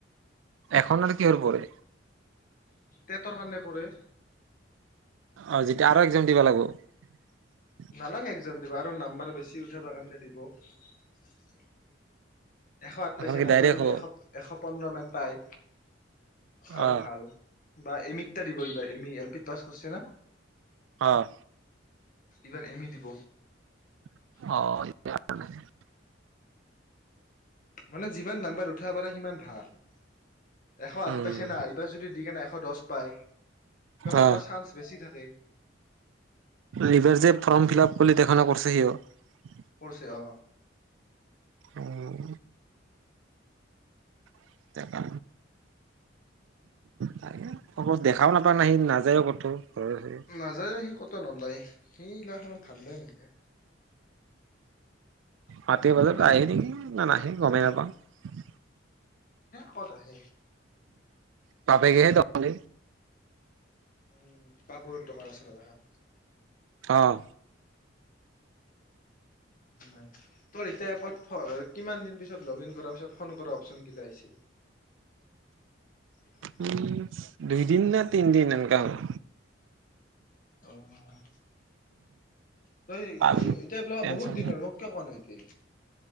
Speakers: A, on the right; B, on the left.
A: এখন আৰু কিহৰ পৰে
B: টেটৰ কাৰে পঢ়ে
A: অ, যেতিয়া আৰু এক্সাম দিব লাগিব
B: নালাগে এক্সাম দিব আৰু নাম্বাৰ বেছি উঠাব কাৰণে দিলেও এশ আঠ
A: এখন
B: পাইছে
A: কি
B: নাই
A: ডাইৰেক্ট
B: এইবাৰ যদি
A: হ'ব
B: এশ এশ পোন্ধৰ মান পায়, আৰু
A: অ
B: ভাল বা এমিৰটা দিব এইবাৰ এ মি, এল পি পছ কৰছে না?
A: অ'হ
B: এইবাৰ এম‌ দিব।
A: অ'।
B: মানে যিমান নাম্বাৰ উঠাব পাৰে, সিমান ভাল। এশ আঠ
A: উম
B: পাইছে না, এইবাৰ যদি দি কেনে এশ দহ পায়,
A: অ
B: আৰু চান্স বেছি থাকে।
A: এইবাৰ যে ফৰ্ম ফিল আপ কৰিলি <unintelligible>
B: কৈছে অ'।
A: উম। <unintelligible> তাক দেখাও নাপায়, ন সি, নাযায়ও ক'তো। ঘৰৰ হেৰি
B: নাযায়ো সি ক'তো নোলায়, ‌ সেই গিলাখনত ঠাণ্ডাই <unintelligible>
A: মাটিৰ বজাৰ
B: দে
A: আহ
B: ক'ত
A: নেকি না নাহে? গমেই নাপাওঁ।
B: কত আহে।
A: পাবিগেহে তঁহতি‌
B: উম <unintelligible> কিমান আছিল। <unintelligible>
A: অঁ।
B: নাই তোৰ এতিয়া এপত কিমান দিন পিছত লগ ইন কৰাৰ পিছত ফোন কৰা অপচন গিলা আহিছে। অ
A: উম দুইদিন না তিনদিন এনেুৱা। হয়।
B: অঁ। তই
A: হ'ল
B: এতিয়াোৱা
A: টেনচন
B: বহুত দিশ হয় মোক কিয় কোৱা নাই এতিয়া'